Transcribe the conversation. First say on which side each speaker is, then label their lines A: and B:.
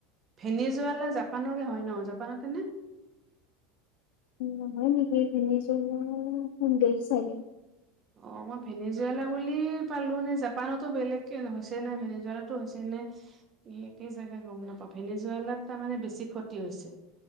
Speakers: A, on the right (about 20°); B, on the left (about 70°).
A: ভেনিজুৱেলা জাপানৰে হয় ন জাপানতে নে?
B: নহয় নেকি, ভেনিজুৱেলা এখন দেশ চাগে?
A: অ' মই ভেনেজুৱালা বুলি পালো, নে জাপানতো বেলেগ হৈছে নে ভেনেজুৱালাতো হৈছে নে এই একে জাগা গ'ম নাপাওঁ, ভেনী জুৱেলাত তাৰমানে বেছি ক্ষতি হৈছে।